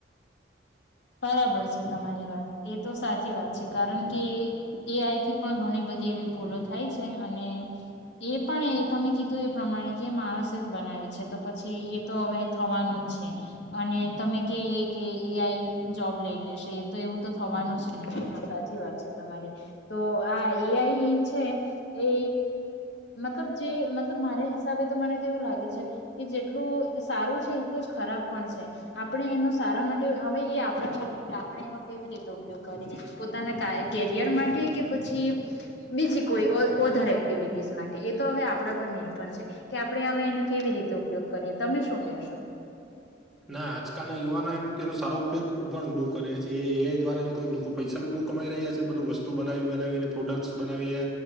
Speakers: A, on the left; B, in the centre.
A: બરાબર છે તમારી વાત એ તો સાચી વાત છે કારણ કે એ આઈ થી પણ ઘણી બધી ભૂલો થાય છે અને એ પણ તમે કીધું એ પ્રમાણે કે માણસે જ બનાવી છે તો પછી એ તો હવે થવાનું જ છે અને તમે કહીએ કે એ આઈ જોબ લઈ લેશે એ તો એવું તો થવાનું જ નથી હા સાચી વાત છે તમારી તો આ એ આઈ છે એ મતલબ જે મતલબ મારા હિસાબે તો મનેવું લાગે છે કે જેટલું સારું છે એટલું જ ખરાબ પણ છે આપણે એનું સારા માટે હવે એ આપણે એનો કેવી રીતે ઉપયોગ કરીએ પોતાના કેરિયર માટે કે પછી બીજી કોઈ ઓધર એક્ટિવિટીસ માટે એ તો હવે આપણા પર નિર્ભર છે કે આપણે હવે એને કેવી રીતે રીતે ઉપયોગ કરીએ તમે શું કહેશો?
B: ના આજકાલ ના યુવાનો એમ તેનું સારું ઉપયોગ પણ બહુ કરે છે એ દ્વારા લોકો પૈસા બી બહુ કમાઈ રહ્યા છે બધું વસ્તુ બનાવી બનાવીને પ્રો પ્રોડકશ બનાવીએ